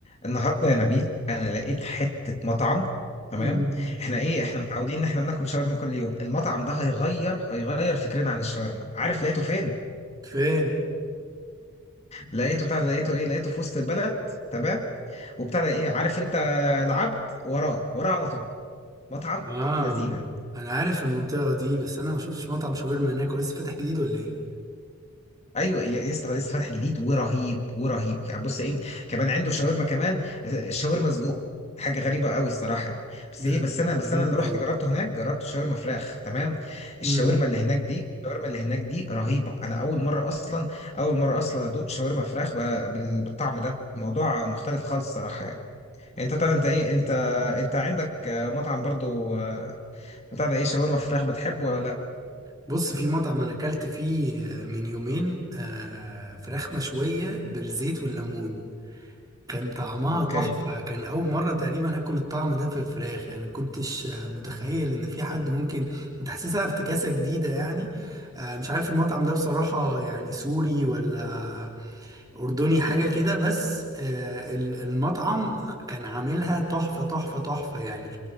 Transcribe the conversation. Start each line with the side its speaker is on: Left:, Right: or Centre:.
Left: النهارده يا نبيل انا لقيت حته مطعم تمام
Right: مم.
Left: احنا ايه احنا متعودين ان احنا بناكل شاورما كل يوم المطعم ده هيغير هيغير فكرنا عن الشاورما عارف لقيته فين
Right: فين
Left: لقيته بتاع ده- لقيته ايه لقيته في وسط البلد تمام وبتاع ده ايه عارف انت العبد وراه وراه على طول مطعم
Right: اه
Left: ابن لذينه
Right: انا عارف المنطقه دي بس انا ما شفتش مطعم شاورما هناك هو لسه فاتح جديد ولا ايه
Left: ايوه يا يا اسطى لسه فاتح جديد ورهيب ورهيب يعني بص ايه كمان عنده شاورما كمان شاورما سجق حاجه غريبه قوي الصراحه يعني بس
Right: ده
Left: ايه بس
Right: دي
Left: انا بس
Right: غريبة
Left: انا اللي رحت
Right: أوي
Left: جربته هناك جربت شاورما فراخ تمام
Right: مم.
Left: الشاورما اللي هناك دي الشاورما اللي هناك دي رهيبه انا اول مره اصلا اول مره اصلا ادوق شاورما فراخ ب- بال- بالطعم ده الموضوع مختلف خالص الصراحه يعني انت طبعا انت ايه انت انت عندك آه، مطعم برضو آه، بتاع ده ايه شاورما فراخ بتحبه ولا لا
Right: بص في مطعم انا اكلت فيه آه، من يومين آه، فراخ مشويه بالزيت والليمون كان طعمها
Left: اوكي
Right: تحفه كان اول مره تقريبا اكل الطعم ده في الفراخ يعني ما كنتش آه، متخيل ان في حد ممكن متحسسها افتكاسه جديده يعني آه، مش عارف المطعم ده بصراحه يعني سوري ولا أردني حاجة كده بس آه، ال- المطعم كان عاملها تحفة تحفة تحفة يعني